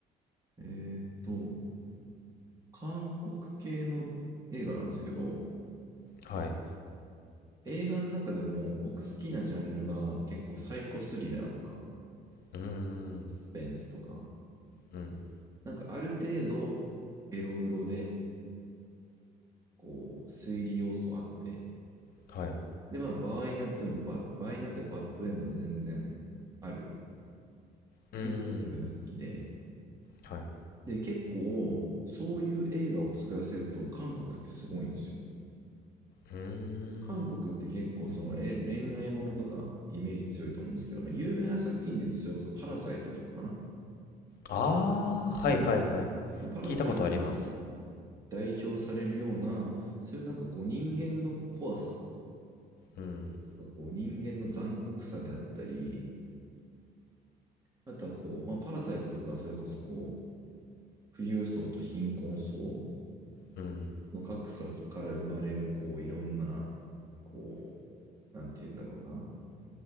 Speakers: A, on the right (about 20°); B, on the left (about 65°).
A: えーっと、韓国系の映画なんですけど、
B: はい。
A: 映画の中でも僕好きなジャンルが結構サイコスリラーとか、
B: うーん。
A: サスペンスとか、
B: うん。
A: なんかある程度エログロで、こう、推理要素あって、
B: はい。
A: で、まあ場合によってもバ、場合によってはバッドエンドも全然ある、
B: うーん。
A: みたいな映画が好きで、
B: はい。
A: で、結構、そういう映画を作らせると、韓国ってすごいんですよ。
B: うーん。
A: 韓国って結構、その、え、恋愛ものとか、イメージ強いと思うんですけど、まあ、有名な作品で言うと、それこそ、パラサイトとかかな。
B: ああ、はいはいはい。
A: うん。まあ、パラサイトに
B: 聞いたことあります。
A: 代表されるような、そういうなんかこう、人間の怖さ、
B: うん。
A: こう人間の残酷さであったり、あとはこう、まあ、パラサイトとか、それこそこう、富裕層と貧困層
B: うん。
A: の格差から生まれる、こう、いろんな、こう、なんて言うんだろうな。